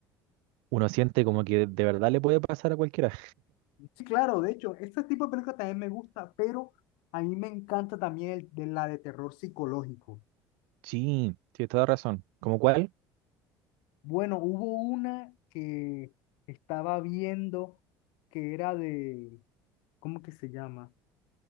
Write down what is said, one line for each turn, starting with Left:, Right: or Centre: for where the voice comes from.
Right: uno siente como que de verdad le puede pasar a cualquiera.
Left: Sí, claro, de hecho, este tipo de películas también me gusta, pero a mí me encanta también el, de la de terror psicológico.
Right: Sí, tienes toda razón. ¿Como cuál?
Left: Bueno, hubo una que estaba viendo que era de, ¿cómo que se llama?